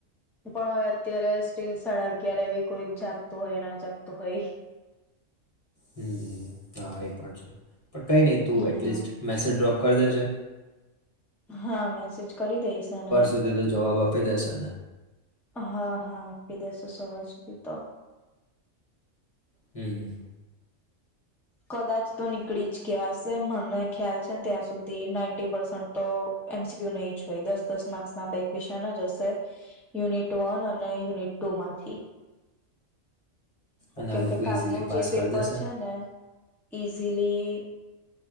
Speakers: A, in the centre; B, on the left.
A: પણ હવે અત્યારે સ્ટીલ સાડા અગિયાર એ કોઈક જાગતું ના જાગતું હોય.
B: હમ હા એ પણ છે. પણ કઈ નહી તું એટલીસ્ટ
A: હા
B: મેસે ડ્રોપ કરદે જે.
A: હા મેસેજ કરી દઈશ અને,
B: સુધી તો જવાબ આપી દેશે ને
A: હા હા આપી દઇસ. સવાર સુધી તો
B: હમ.
A: કદાચ તો નીકળી જ ગ્યા હશે મને ખ્યાલ છે ત્યાં સુધી નાઈન્ટી પર્સન્ટ તો એમ સી ક્યુ નહી જ હોય દસ દસ માર્ક્સના બે ક્વેશચન જ હશે, યુનિટ વન અને યુનિટ ટુમાંથી.
B: અને
A: કેમ
B: આ લોકો
A: કે કાલનું
B: ઇઝીલી પાસ
A: જે પેપર
B: કરી દેશે
A: છે ને ઈઝીલી,